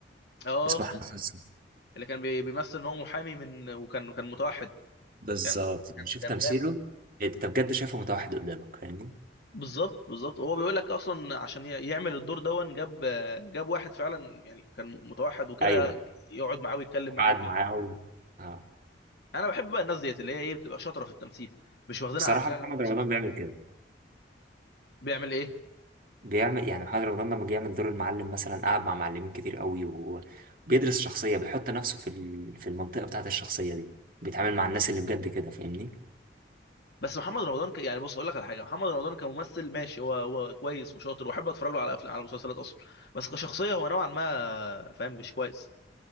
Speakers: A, on the left (about 65°); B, on the right (about 50°).
A: اه
B: اسمه
A: كان
B: حمزة حسن سلسلة.
A: اللي كان بي- بيمثل ان هو محامي من وكان كان متوحد
B: بالظبط
A: كان
B: يعني
A: كان
B: شوف
A: كان
B: تمثيله
A: جامد
B: انت بجد شايفه متوحد قدامك فاهمني
A: بالظبط بالظبط هو بيقول لك اصلا عشان ي- يعمل الدور دون جاب جاب واحد فعلا يعني كان متوحد وكده
B: ايوه
A: يقعد معاه ويتكلم
B: وقعد
A: معاه وكده
B: معاه و... اه
A: انا بحب بقى الناس ديت اللي هي ايه بتبقى شاطره في التمثيل مش واخدينها
B: بصراحه
A: عافيه
B: محمد
A: بقى وصوت
B: رمضان بيعمل كده
A: بيعمل ايه
B: بيعمل يعني محمد رمضان لما جه يعمل دور المعلم مثلا قعد مع معلمين كتير قوي وبيدرس شخصيه بيحط نفسه في ال... في المنطقه بتاعت الشخصيه دي بيتعامل مع الناس اللي بجد كده فاهمني
A: بس محمد رمضان ك... يعني بص اقول لك على حاجه محمد رمضان كممثل ماشي هو هو كويس وشاطر واحب اتفرج له على افلام على مسلسلات اصلا بس كشخصيه هو نوعا ما فاهم مش كويس